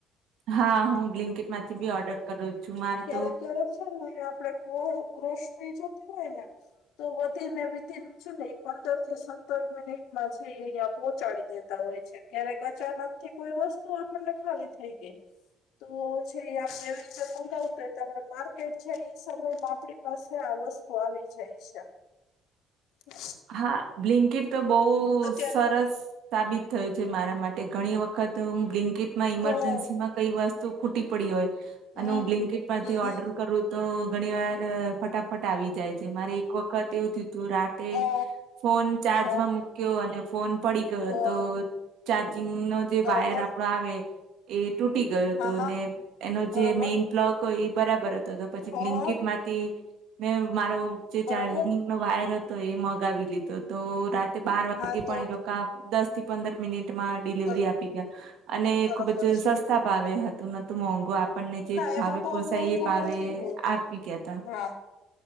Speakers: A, on the right (about 75°); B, on the left (about 85°).
A: હા હું બ્લિન્કેટ માંથી બી ઓર્ડર કરું. છું મારે
B: ક્યારેક
A: તો
B: ક્યારેક છે ને આપડે કો ગ્રોસરી જોતી હોયને. તો વધી ને વિઘી ને. છે ને એ પંદર થી સત્તર મિનિટમાં છે એ અહિયાં પહોંચાડી દેતા હોય છે ક્યારેક અચાનક કોઈ વસ્તુ આપણને ખાલી થઈ ગઈ તો છે આપ એવી રીતેં મંગાવી. કે તમને માર્કેટ છે એ સમયમાં આપણી પાસે આ વસ્તુ આવી જાય છે. હ <unintelligible>
A: હા બ્લીન્કીટ તો બહુ
B: અત્યારે
A: સરસ. સાબિત થયું છે મારા માટે ઘણી વખત હું બ્લીન્કીટ માં ઈમરજન્સીમાં.
B: અ
A: કઈ વસ્તુ ખૂટી પડી હોય
B: હમ
A: અને હું બ્લિન્કેટ પરથી
B: હમ
A: ઓર્ડર કરું તો ઘણી વાર. ફટાફટ આવી જાય છે મારે એક વખત એવું થીવ તું રાતે
B: અ
A: ફોન ચાર્જમાં
B: હા
A: મુક. ગયો અને ફોન પડી ગયો તો
B: અ
A: ચાર્જિંગ નો. જે
B: બરોબર
A: વાયર આપડો આવે એ તૂટી ગયો હતો
B: હા હા
A: અને એનો
B: બરોબર
A: જે મેન. પ્લગ હોય એ બરાબર હતો તો પછી
B: હ હ
A: બ્લિંકેટ માંથી મેં મારો જે
B: બરોબર
A: ચાર્જ ની. ને વાયર હતો એ મગાવી લીધો તો રાતે બાર વાગે
B: હા તો
A: પણ એ લોકો દસ. થી પંદર મિનિટમાં ડિલિવરી
B: બ
A: આપી ગયા અને
B: બરોબર
A: ખૂબ જ
B: છે
A: સસ્તા. ભાવે હતું નતું મોંઘું આપણને જે
B: ના
A: ભાવે
B: એમાં બહુ
A: પોસાય
B: મોંઘું
A: એ ભાવે
B: નથી હોતું
A: આપી ગયા તા.
B: હા